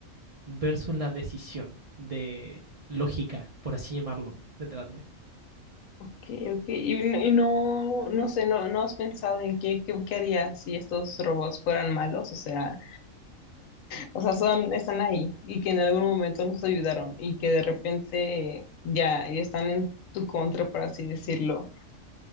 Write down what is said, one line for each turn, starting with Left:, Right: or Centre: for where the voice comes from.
Right: versus la decisión de lógica, por así llamarlo, detrás de.
Left: ok, ok, y, n- y no, no sé, no, no has pensado en qué, qué, qué harías si estos robots fueran malos, o sea... O sea, son, están ahí y que en algún momento nos ayudaron y que de repente ya, ya están en tu contra, por así decirlo.